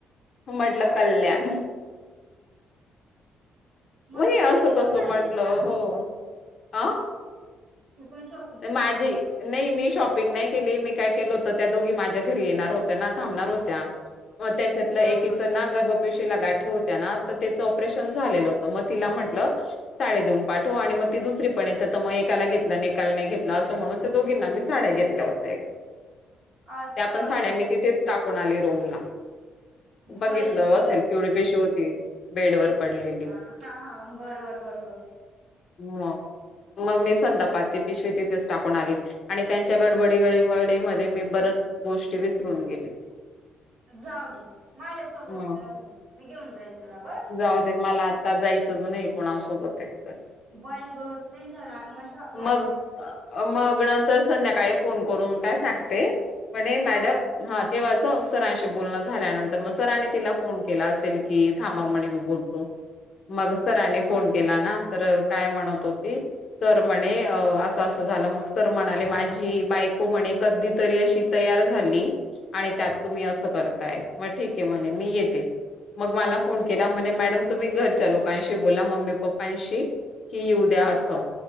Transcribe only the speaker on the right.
हा
मग
त्याची
पण झाली
होती ना
तू पण शॉपिंग केलेली
ना
हा हा
असं
वई ग
हा हा हा बरोबर, बरोबर.
जाऊ दे माझ्या सोबत
चल मी घेऊन जा येईल तुला बस.
बाई ग त्यांच्या रागमाशा वर.
हा
<unintelligible>
बर
बर
बर